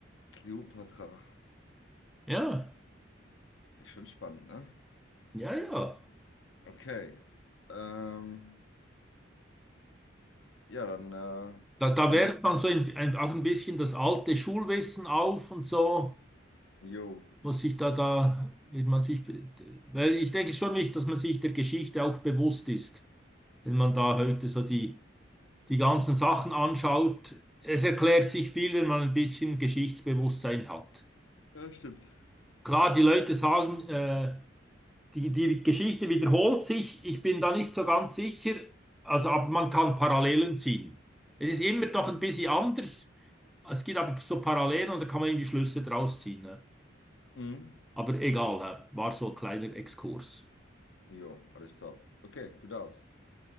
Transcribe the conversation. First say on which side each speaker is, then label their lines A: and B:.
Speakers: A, on the left; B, in the centre.
A: Kleopatra.
B: Ja,
A: Ist schon spannend, ne?
B: ja, ja.
A: Okay. Ähm, ja, dann, äh,
B: Da, da
A: dann
B: wärmt
A: leg.
B: man so ein, ein, auch ein bisschen das alte Schulwissen auf und so,
A: Jo.
B: muss sich da, da, wird man sich, be- weil ich denke schon wichtig, dass man sich der Geschichte auch bewusst ist, wenn man da heute so die, die ganzen Sachen anschaut. Es erklärt sich viel, wenn man ein bisschen Geschichtsbewusstsein hat.
A: Ja, stimmt.
B: Klar, die Leute sagen, äh, Die, die Geschichte wiederholt sich. Ich bin da nicht so ganz sicher. Also, aber man kann Parallelen ziehen. Es ist immer doch ein bisschen anders. Es gibt aber so Parallelen und da kann man eben die Schlüsse draus ziehen. Ne?
A: Mhm.
B: Aber egal, hä? war so ein kleiner Exkurs.
A: Jo, alles top. Okay, du darfst.